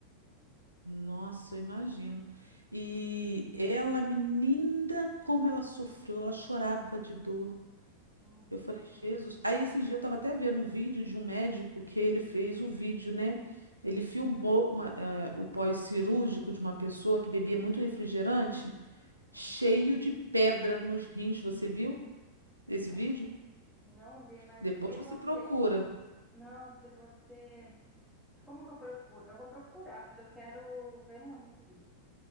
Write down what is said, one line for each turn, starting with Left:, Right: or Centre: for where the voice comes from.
Right: Nossa, eu imagino. E
Centre: E,
Right: ela, menina, como ela sofreu, ela chorava de dor.
Centre: hum,
Right: Eu falei, Jesus. Aí esse dia eu tava até vendo um vídeo de um médico que ele fez o vídeo, né? Ele filmou uma, eh, o pós-cirúrgico de uma pessoa que bebia muito refrigerante, cheio
Centre: hum.
Right: de pedra nos rins. Você viu esse
Centre: Ah,
Right: vídeo?
Centre: não vi, mas
Right: Depois
Centre: se
Right: você
Centre: você.
Right: procura.
Centre: Não, se você. Como que eu procuro? Eu vou procurar, porque eu quero ver muito esse vídeo.